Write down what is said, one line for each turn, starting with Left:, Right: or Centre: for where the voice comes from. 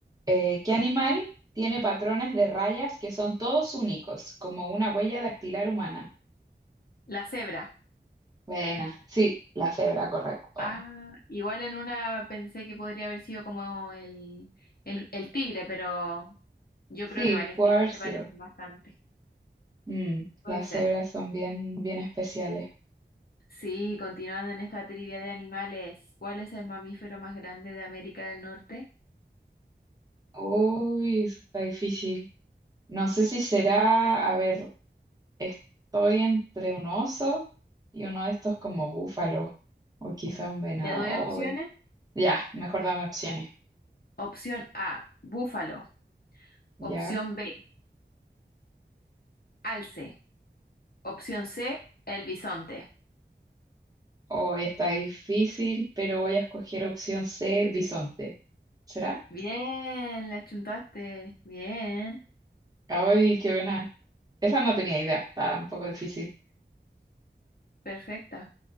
Right: Eh, ¿qué animal tiene patrones de rayas que son todos únicos, como una huella dactilar humana?
Left: La cebra.
Right: Buena, sí, la cebra, correcto.
Left: Ah, igual en una pensé que podría haber sido como el, el, el tigre, pero yo
Right: Sí,
Left: creo que varios
Right: pudo
Left: tigres
Right: haber sido.
Left: se parecen bastante.
Right: Mm,
Left: Puede
Right: las
Left: ser.
Right: cebras son bien, bien especiales.
Left: Sí, continuando en esta trivia de animales, ¿cuál es el mamífero más grande de América del Norte?
Right: Uy, eso está difícil. No sé si será, a ver, estoy entre un oso y uno de estos como búfalo, o quizá un venado.
Left: ¿Te doy opciones?
Right: Uy, Ya, mejor dame opciones.
Left: Opción A, búfalo.
Right: Ya.
Left: Opción B, Alce. Opción C, el bisonte.
Right: Hoy está difícil, pero voy a escoger opción C, bisonte. ¿Será?
Left: Bien, la chuntaste. Bien,
Right: Ay, qué buena. Esa no tenía idea, está un poco difícil.
Left: perfecta.